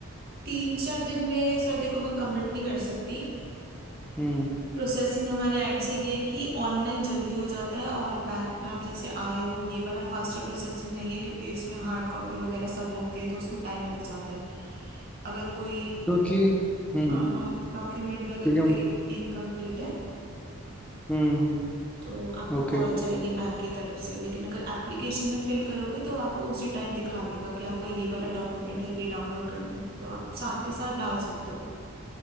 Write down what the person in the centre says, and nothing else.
हम्म
क्योंकि हम्म
क्योंकि
हम्म
ओके